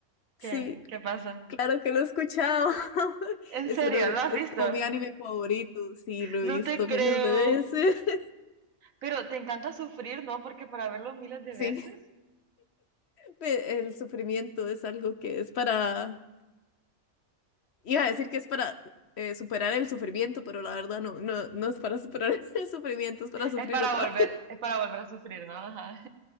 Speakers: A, on the left; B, on the right.
A: Sí,
B: ¿Qué? ¿Qué pasa?
A: claro que lo he escuchado. <laughs>
B: En
A: Es
B: serio,
A: uno, de-
B: ¿lo has
A: es
B: visto?
A: como mi anime favorito. Sí, lo he
B: No
A: visto
B: te creo.
A: miles de veces. <laughs>
B: Pero te encanta sufrir, ¿no? Porque para verlo miles de
A: Sí,
B: veces
A: pe- el sufrimiento es algo que es para, iba a decir que es para eh, superar el sufrimiento, pero la verdad no, no, no es para superar <laughs> el sufrimiento, es para sufrir
B: es para
A: otra
B: volver, es para volver a sufrir, ¿no? Ajá.